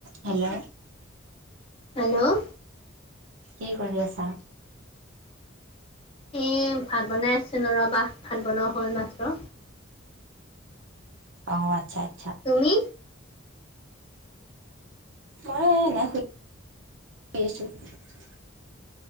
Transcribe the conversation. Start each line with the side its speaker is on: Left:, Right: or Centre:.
Right: Hello,
Left: hello,
Right: কি কৰি আছা?
Left: এ ভাত বনাই আছিলো ৰবাহ ভাত বনোৱা হ'ল মাত্ৰ।
Right: অ' আচ্ছা-আচ্ছা।
Left: তুমি?
Right: মই এনেই শুই আছো।